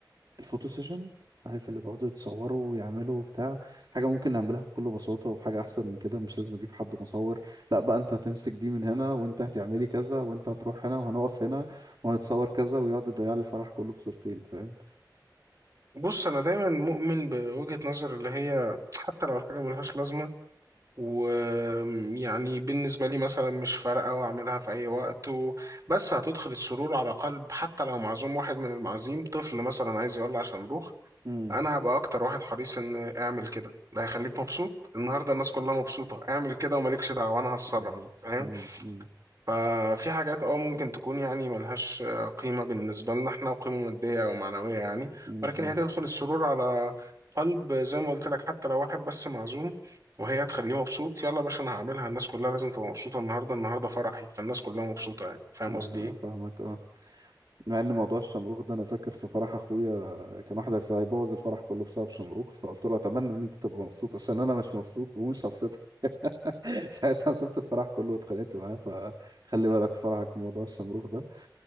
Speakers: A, on the right; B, on the right.
A: الفوتو سيشن عارف اللي بيقعدوا يتصوروا ويعملوا وبتاع حاجة ممكن نعملها بكل بساطة وبحاجة أحسن من كده مش لازم أجيب حد مصور لا بقى أنت هتمسك دي من هنا وأنت هتعملي كذا وأنت هتروح هنا وهنقف هنا وهنتصور كذا ويقعد يضيع لي الفرح كله في صورتين فاهم؟
B: بص انا دايما مؤمن بوجهة نظر اللي هي حتى لو الحاجه ملهاش لازمه ويعني بالنسبه لي مثلا مش فارقه واعملها في اي وقت و... بس هتدخل السرور على قلب حتى لو معزوم واحد من المعازيم طفل مثلا عايز يقول عشان نروح
A: امم
B: انا هبقى اكتر واحد حريص ان اعمل كده ده هيخليك مبسوط النهارده الناس كلها مبسوطه اعمل كده ومالكش دعوه انا هتصرف
A: ايوه
B: فاهم
A: امم امم
B: ففي حاجات اه ممكن تكون يعني ملهاش قيمة بالنسبة لنا احنا وقيمة مادية أو معنوية يعني
A: امم
B: ولكن
A: أمم.
B: هي تدخل السرور على قلب زي ما قلت لك حتى لو واحد بس معزوم وهي هتخليه مبسوط يلا يا باشا أنا هعملها الناس كلها لازم تبقى مبسوطة النهاردة النهاردة فرحي فالناس كلها مبسوطة يعني فاهم
A: ايوه
B: قصدي
A: أنا
B: إيه؟
A: فاهمك اه مع ان موضوع الشمروخ ده انا فاكر في فرح اخويا كان واحد عايز- هيبوظ الفرح كله بسبب شمروخ فقلت له اتمنى ان انت تبقى مبسوط عشان انا مش مبسوط ومش هبسطك <laughs> ساعتها سبت الفرح كله واتخانقت معاه فخلي بالك في فرحك من موضوع الشمروخ ده